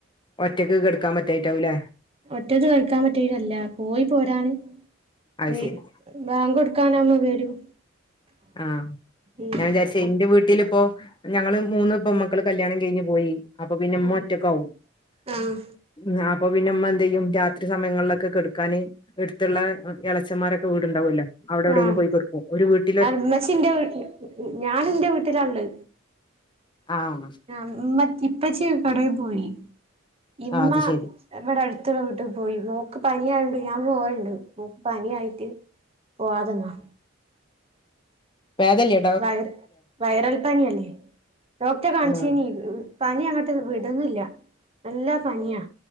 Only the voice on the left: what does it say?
ഒറ്റക്ക് കെട്ക്കാ പറ്റായിട്ടാവൂലേ
അത്
ശരി
ആഹ്
ഞാവിചാരിച്- ഇന്റെ വീട്ടില് പ്പോ ഞങ്ങള് മൂന്ന് പെമ്മക്കള് കല്യാണം കഴിഞ്ഞ് പോയി അപ്പ പിന്നെ മ്മഒറ്റക്കാവും
ആഹ് അപ്പൊ പിന്നെമ്മഎന്തയ്യും രാത്രി സമയങ്ങളിലൊക്കെ കെട്ക്കാന് എട്ത്ത്ള്ള എളച്ചന്മാരൊ വീട്ണ്ടാവുല്ലോ അവിടെവിടെങ്കിലും
പോയി കെട്ക്കും ഒരു വീട്ട്
ആഹ്
അത് ശരി
പേതല്ലേ
ആഹ്